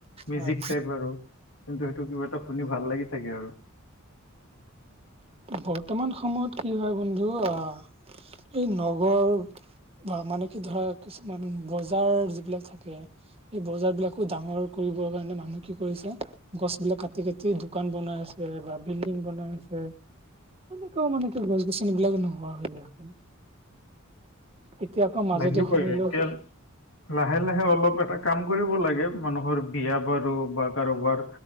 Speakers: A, on the left; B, on the right.
A: মিউজিক
B: হয়
A: টাইপ আৰু, কিন্তু সেইটো কিবা এটা শুনি ভাল লাগি থাকে আৰু।
B: বৰ্তমান সময়ত কি হয় বন্ধু, আহ এই নগৰ বা মানে কি ধৰা কিছুমান, বজাৰ যিবিলাক থাকে। এই বজাৰ বিলাকো ডাঙৰ কৰিবৰ কাৰণে মানুহ কি কৰিছে গছবিলাক কাটি কাটি দোকান বনাই আছে বা বিল্ডিং বনাই আছে। হে তেনেকুৱাও মানে কি গছ গছনিবিলাক নোহোৱা হৈ আছে। এতিয়া আকৌ মাজতে
A: লাগিবই
B: শুনিলো
A: এতিয়া লাহে লাহে অলপ এটা কাম কৰিব লাগে মানুহৰ বিয়া বাৰু বা কাৰোবাৰ